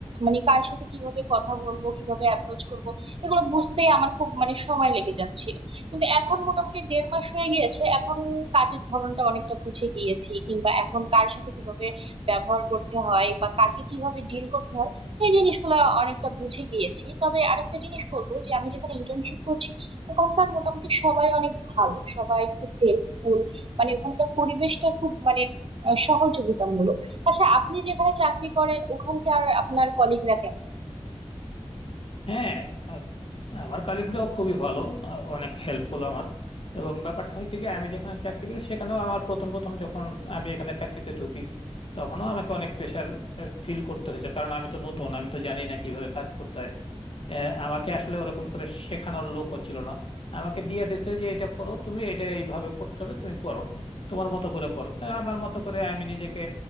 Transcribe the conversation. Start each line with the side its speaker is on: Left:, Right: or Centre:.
Right: মানে কার সাথে কিভাবে কথা বলবো কিভাবে অ্যাপ্রোচ করব এগুলো বুঝতেই আমার খুব মানে সময় লেগে যাচ্ছিল কিন্তু এখন মোটামুটি দেড় মাস হয়ে গিয়েছে এখন কাজের ধরনটা অনেকটা বুঝে গিয়েছি কিংবা এখন কার সাথে কিভাবে ব্যবহার করতে হয় বা কাকে কিভাবে ডিল করতে হয় এই জিনিসগুলো অনেকটা বুঝে গিয়েছি তবে আরেকটা জিনিস বলবো যে আমি যেখানে ইন্টার্নশিপ করছি ওখানকার মোটামুটি সবাই অনেক ভালো সবাই খুব হেল্পফুল মানে ওখানকার পরিবেশটা খুব মানে আহ, সহযোগিতামূলক আচ্ছা আপনি যেখানে চাকরি করেন ওখানকার আপনার কলিগরা কেমন
Left: হ্যাঁ আ- আমার কলিগরাও খুবই ভালো আ- অনেক হেল্পফুল আমার এবং ব্যাপারটা হয়েছে কি আমি যেখানে চাকরি করি সেখানেও আমার প্রথম প্রথম যখন আমি এখানে চাকরিতে ঢুকি তখনও আমাকে অনেক প্রেশার ফিল করতে হয়েছে কারণ আমি তো নতুন আমি তো জানি না কিভাবে কাজ করতে হয় আহ, আমাকে আসলে ওরকম করে শেখানোর লোকও ছিল না আমাকে দিয়ে দিছে যে এটা করো তুমি এটা এইভাবে করতে হবে তুমি করো তোমার মতো করে করো তো আমার মতো করে আমি নিজেকে